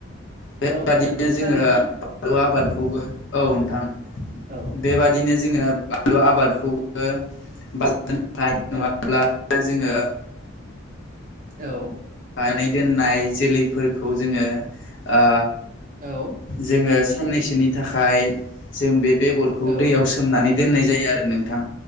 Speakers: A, on the left; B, on the right.
A: बेबादिनो
B: औ नंगौ
A: जोङो
B: थारैनो
A: बानलु आबाद खौबो औ नोंथां
B: औ
A: बेबादिनो जोङो बानलु आबादखौबो <unintelligible> नङाब्ला
B: औ
A: जोङो
B: औ।
A: नानै दोननाय जोलैफोरखौ जोङो ओ
B: औ
A: जोङो साननैसोनि थाखाय जों बे बेगरखौ
B: औ
A: दैयाव सोमनानै दोननाय जायो आरो नोंथां।